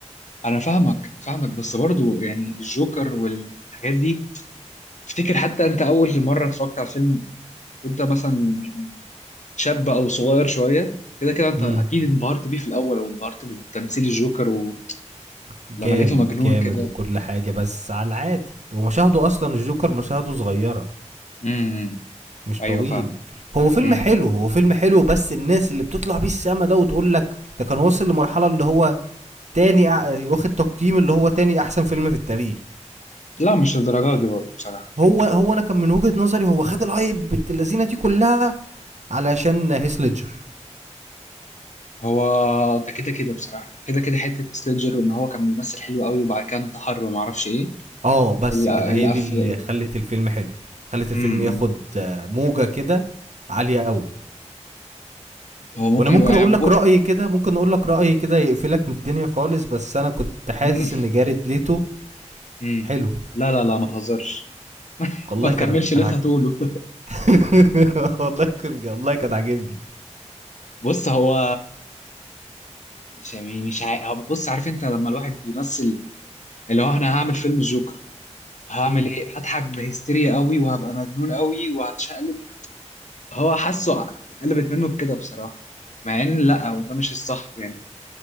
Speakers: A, on the left (about 75°); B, on the right (about 70°).
A: انا فاهمك فاهمك بس برضو يعني الجوكر والحاجات دي افتكر حتى انت اول مره اتفرجت على فيلم وانت مثلا يعني شاب او صغير شويه كده كده انت
B: امم
A: اكيد انبهرت بيه في الاول او انبهرت بتمثيل الجوكر ولما
B: جامد
A: لقيته مجنون
B: جامد
A: كده
B: وكل حاجه بس على العادي ومشاهده اصلا الجوكر مشاهده صغيره
A: امم
B: مش
A: ايوه
B: طويل
A: فاهمك
B: هو فيلم
A: امم
B: حلو هو فيلم حلو بس الناس اللي بتطلع بيه السما ده وتقول لك ده كان واصل لمرحله اللي هو تاني أع- واخد تقييم اللي هو تاني احسن فيلم في التاريخ
A: لا مش الدرجات دي برضه بصراحه
B: هو هو انا كان من وجهه نظري هو خد الهايب بت- اللذينه دي كلها علشان هيسلجر
A: هو ده كده كده بصراحة كده كده حتة هيث ليدجر وإن هو كان بيمثل حلو قوي وبعد كده انتحر ومعرفش إيه
B: آه، بس
A: ال-
B: كده
A: القف
B: هي دي اللي خلّت الفيلم حلو، خلّت الفيلم
A: امم
B: ياخد آه، موجة كده عالية أوي،
A: هو ممكن
B: وأنا ممكن
A: يبقى يعني
B: أقول لك
A: <laughs>
B: رأي كده ممكن أقول لك رأي كده يقفلك من الدنيا خالص، بس أنا كنت حاسس
A: امم
B: إن جاريد ليتو
A: امم.
B: حلو،
A: لا لا لا ما تهزرش
B: والله
A: ما تكملش
B: كان كان
A: اللي أنت
B: عاج
A: هتقوله
B: <laughs> والله كان والله كان عاجبني،
A: <laughs> بص هو مش يعني مش عا- هو بص عارف أنت لما الواحد بيمثل اللي هو أنا هعمل فيلم الجوكر هعمل
B: إمم،
A: إيه هضحك بهستيريا قوي وهبقى مجنون قوي وهتشقلب هو حاسه قلبت منه بكده بصراحة مع إن لا وده مش الصح يعني